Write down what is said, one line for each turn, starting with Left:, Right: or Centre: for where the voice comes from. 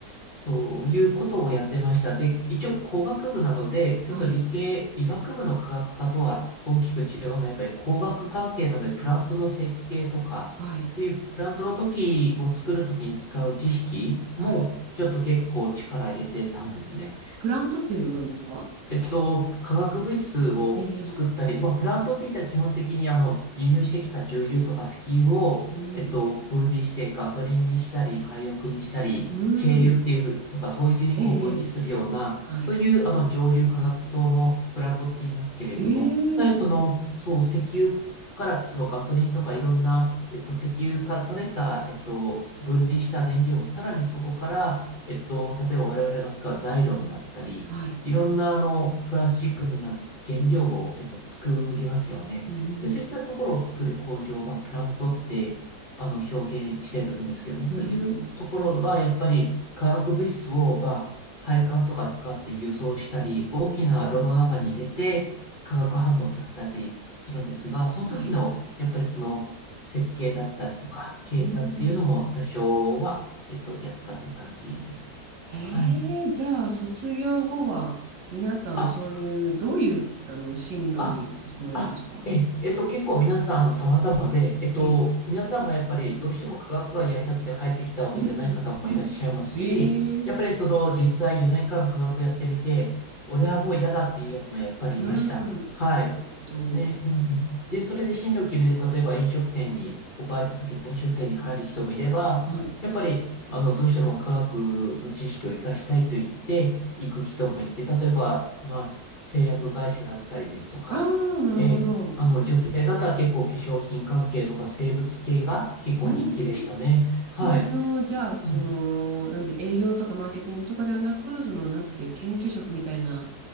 Left: そういうことをやってました。で、一応工学部なので、ちょっと理系、
Right: はい、
Left: 医学部の科学科とは大きく違うのは、やっぱり工学関係なので、プラントの設計とか、
Right: はい、
Left: そういうプラントの時を作る時に使う知識も、
Right: はい。
Left: ちょっと結構力入れてたんですね。
Right: プラントっていうのは何ですか
Left: えっと、化学物質を作ったり、
Right: ええ
Left: まあ、プラントっていったら基本的にあの、輸入してきた重油とか石油を、
Right: うん。
Left: えっと、分離してガソリンにしたり、廃屋にしたり、
Right: うん。
Left: 軽油っていうふうとか、灯油にこう分離するような、
Right: ええ、ええはい。
Left: そういうあの、蒸留化学灯もプラントって言いますけれども、
Right: ええ、
Left: さらにその、
Right: なるほど。
Left: そう、石油から、例えばガソリンとかいろんな、えっと、石油から取れた、えっと、分離した燃料をさらにそこから、えっと、例えば我々が使うナイロンだったり、
Right: はい。
Left: いろんなあの、プラスチックになる原料を、えっと、作りますよね。
Right: うん。
Left: で、そういったところを作る工場、まあ、プラントって、あの、表現してるんですけども、
Right: なるほど。
Left: そういうところは、やっぱり化学物質を、まあ、配管とか使って輸送したり、大きな炉の中に入れて、化学反応させたりするんですが、その時の、
Right: はい。
Left: やっぱりその、設計だったりとか、計算っていうのも多少は、
Right: うん。
Left: えっと、やったって感じですね。
Right: ええ、
Left: はい。
Right: じゃあ、卒業後は、皆さん、
Left: あ、
Right: そういう、どういう、あの、進路に進まれるんですか
Left: あ、あ、え、えっと、結構皆さん様々で、えっと、
Right: ええ。
Left: 皆さんがやっぱりどうしても科学がやりたくて入ってきたわけじゃない方もいらっしゃいますし、
Right: うん、うん、うん。ええ、
Left: やっぱりその実際4年間科学やってみて、俺はもう嫌だっていうやつもやっぱりいました。
Right: うん。なるほど。
Left: はい。ね、うんうん。で、それで進路を決めて、例えば飲食店に、おバイト先の飲食店に入る人もいれば、
Right: はい。
Left: やっぱり、あの、どうしても科学の知識を活かしたいと言って、行く人もいて、例えば、まあ、製薬会社だったりですとか、
Right: ああ、なるほど。
Left: ええ、あの、女性だったら結構化粧品関係とか生物系が結構人気でしたね。
Right: うん。それの、
Left: はい。
Right: じゃあ、その、
Left: うん
Right: なんて、営業とかマーケティングとかではなく、その、なんていう、研究職みたいな、